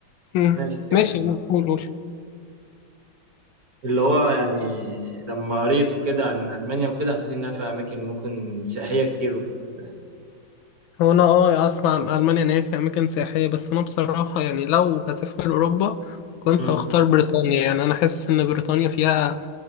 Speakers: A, on the left (about 85°); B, on the right (about 50°).
A: مم.
B: ماشي
A: ماشي
B: كمل
A: قول
B: معاك
A: قول
B: اللي هو يعني لما قريت وكده عن ألمانيا وكده حسيت إنها في أماكن ممكن سياحية كتير والكلام ده
A: هو انا اه يعني اسمع عن المانيا ان هي في اماكن سياحيه بس انا بصراحه يعني لو هسافر اوروبا كنت
B: مم.
A: هختار بريطانيا يعني انا حاسس ان بريطانيا فيها